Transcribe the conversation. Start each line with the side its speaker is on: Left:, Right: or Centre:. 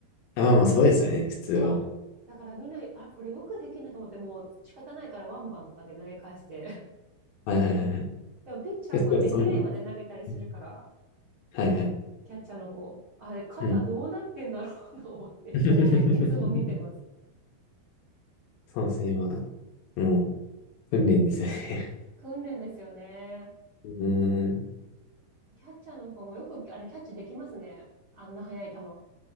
Left: あまあまあ、そうですよね、普通は。
Right: そう。だからみんな、あ、これよくできんなと思って、もう仕方ないからワンバンとかで投げ返して。<laughs>
Left: はいはいはいはい。
Right: でもピッチャー超えて二塁まで投げたりするから、
Left: で、そうそんな、うんはいはい。
Right: キャッチャーの子、あれ、肩どうなってんだろう
Left: うん。
Right: <laughs> と思って
Left: <laughs>
Right: いつも見てます。
Left: そうですね、まあ、もう、訓練ですよね。
Right: 訓練ですよね。
Left: <laughs> うーん。
Right: キャッチャーの子もよく、あれ、キャッチできますね。あんな速い球。